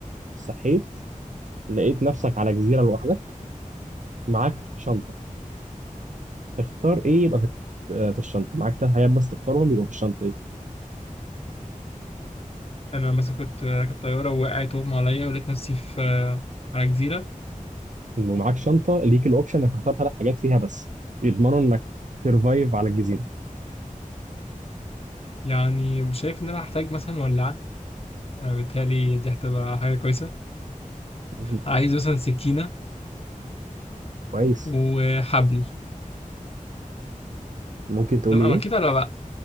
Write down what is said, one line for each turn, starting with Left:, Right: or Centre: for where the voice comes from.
Right: صحيت لقيت نفسك على جزيرة لوحدك معاك شنطة تختار إيه يبقى في آه، في الشنطة معاك تلات حاجات بس تختارهم يبقوا في الشنطة دي
Left: انا مثلا كنت راكب طياره ووقعت واغمى عليا ولقيت نفسي في آه، على جزيره
Right: ومعاك شنطه ليك الاوبشن انك تختار ثلاث حاجات فيها بس يضمنوا انك ترفايف على الجزيره
Left: يعني شايف ان انا هحتاج مثلا ولاعه آه، بالتالي دي هتبقى حاجه كويسه
Right: مم.
Left: عايز مثلا سكينه
Right: كويس
Left: وحبل
Right: ممكن تقول
Left: لما
Right: لي
Left: أنا
Right: ايه
Left: اكيد هبقى